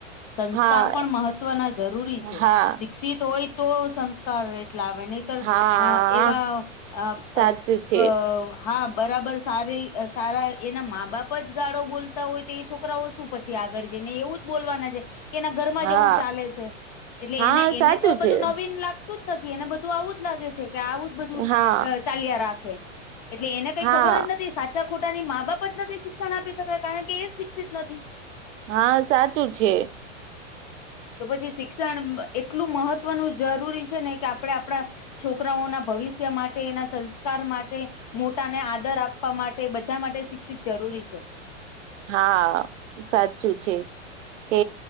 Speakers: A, on the left; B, on the right.
A: સંસ્કાર
B: હા
A: પણ મહત્વના જરૂરી છે
B: હા
A: સિક સિત હોય તો સંસ્કાર એટલા આવે નહ તર
B: હા
A: અ એવા
B: સાચું છે
A: હા બરાબર સારી સારા એના મા બાપ જ ગાળો બોલતા હોય તો એ છોકરાઓ શું પછી આગળ જેને એવું જ બોલવાના છે. કેના ઘરમાં
B: હા
A: જેવું ચાલે છે એટલે
B: હા
A: એને એને
B: સાચું
A: તો બધું
B: છે
A: નવીન લાગ જ નથી એને બધું આવું જ લાગે છે કે આવું જ બધું
B: હા
A: ચાલ્યા રાખે એટલે એને કઈ
B: હા
A: ખબર જ નથી સાચા ખોટાની મા બાપ જ નથી શિક્ષણ આપી શકાય કારણ કે એ જ શિક્ષિત નથી
B: હા સાચું છે.
A: <inaudible> તો પછી શિક્ષણ એટલું મહત્વનું જરૂરી છે. ને કે આપણે આપણા- છોકરાઓના ભવિષ્ય માટે એના સંસ્કાર માટે- મોટા ને આદર આપવા માટે બધા માટે શિક્ષિત જરૂરી છે.
B: હા સાચું છે. કે